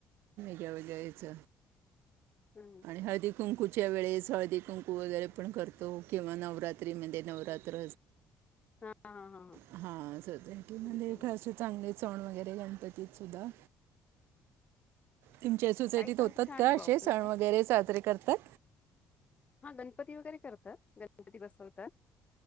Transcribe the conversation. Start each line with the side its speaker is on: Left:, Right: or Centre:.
Right: हॉलो गाईज
Left: हम्म.
Right: हळदी कुंकू जच्या वेळे सळदी कुंकू वगैरे पणं करतों किंवा नवरात्रीमध्ये नवरात्र
Left: हा हा हा
Right: हा म्हणजे
Left: हम्म.
Right: खासे चांगले. पणं वगैरे गणपतीत सुद्धां तुमच्या सोसायटीत
Left: काही सण
Right: होतात
Left: तर छान
Right: का
Left: आहेत
Right: असे
Left: बा आपले
Right: सण वगैरे साजरे करतात
Left: हा गणपती वगैरे करतात गणपती बसवतात